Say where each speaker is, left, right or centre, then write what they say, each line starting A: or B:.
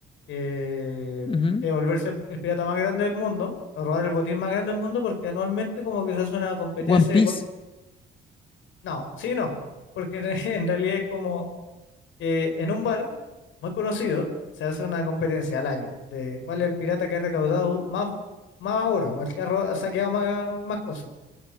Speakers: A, on the left (about 85°); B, on the left (about 25°).
A: que
B: ujú.
A: que volverse el, el pirata más grande del mundo, o robar el botín más grande del mundo, porque anualmente como que se hace una competencia
B: One Piece.
A: de... cua- No, sí, no, porque <laughs> en realidad es como que en un bar muy conocido se hace una competencia al año de cuál es el pirata que ha recaudado más, más oro, o el que ha roba- saqueado más, más cosas.